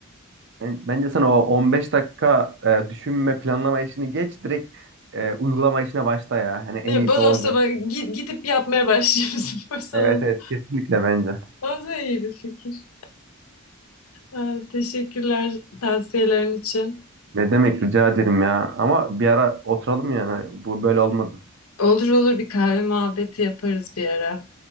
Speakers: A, on the right (about 55°); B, on the left (about 80°).
A: Ben- Bence sen o 15 dakika e, düşünme, planlama işini geç. Direkt e, uygulama işine başla ya. Hani en
B: Ne,
A: iyisi
B: bodoslama
A: o olacak gibi.
B: gi- gidip yapmaya başlayayım <laughs> spor salonuna.
A: Evet evet kesinlikle bence.
B: O da iyi bir fikir. Ee, Teşekkürler tavsiyelerin için.
A: Ne demek rica ederim ya. Ama bir ara oturalım yani. Bu böyle olmadı.
B: Olur olur bir kahve muhabbeti yaparız bir ara.